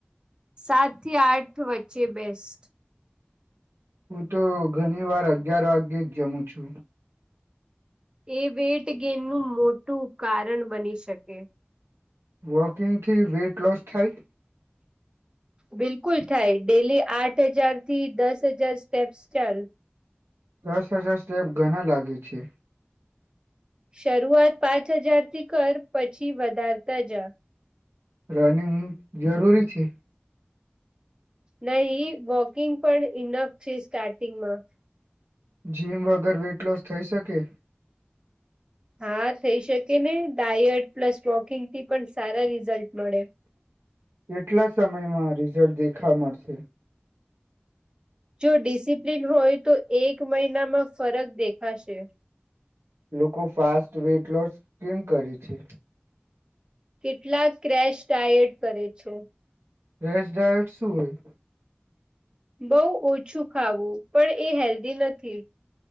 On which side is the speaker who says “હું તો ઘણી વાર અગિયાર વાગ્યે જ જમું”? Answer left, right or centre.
Right